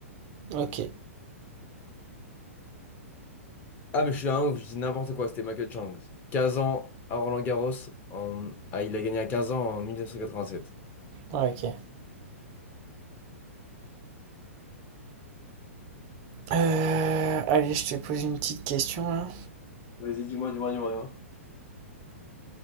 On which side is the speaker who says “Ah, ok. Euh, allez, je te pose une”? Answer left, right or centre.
Right